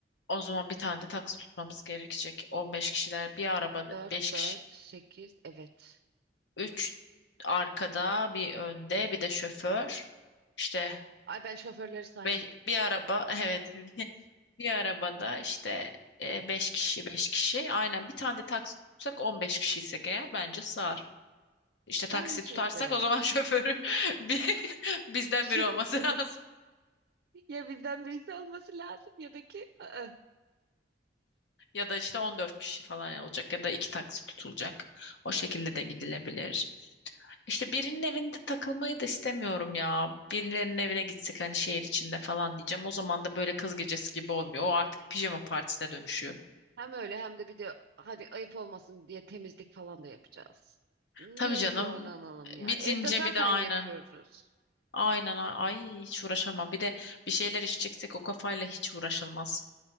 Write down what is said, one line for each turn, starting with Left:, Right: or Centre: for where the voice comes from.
Left: O zaman bir tane de taksi tutmamız gerekecek. 15 kişiler bir arabada
Right: 4
Left: 5
Right: 4
Left: kişi.
Right: sekiz evet.
Left: üç arkada bir önde bir de şoför. İşte
Right: Ay ben şoförleri saymadım.
Left: be- bir araba <laughs> evet <laughs> bir bir arabada işte e, 5 kişi 5 kişi. Aynen bir tane de taksi tutsak 15 kişiysek eğer bence sığar. İşte
Right: Bence
Left: taksi tutarsak
Right: de.
Left: o zaman <laughs> şoförü bir, <laughs> bizden
Right: <laughs>
Left: biri olması <laughs> lazım.
Right: Ya bizden birisi olması lazım ya da ki ı-ı.
Left: Ya da işte 14 kişi falan olacak ya da iki taksi tutulacak. O şekilde de gidilebilir. İşte birinin evinde takılmayı da istemiyorum ya. Birilerinin evine gitsek hani şehir içinde falan diyeceğim. O zaman da böyle kız gecesi gibi olmuyor. O artık pijama partisine dönüşüyor.
Right: Hem öyle hem de bir de hadi ayıp olmasın diye temizlik falan da yapacağız. Niye
Left: Tabii canım.
Right: zorlanalım ya?
Left: Bitince
Right: Evde zaten
Left: bir de aynen.
Right: yapıyoruz.
Left: Aynen ay hiç uğraşamam. Bir de bir şeyler içeceksek o kafayla hiç uğraşılmaz.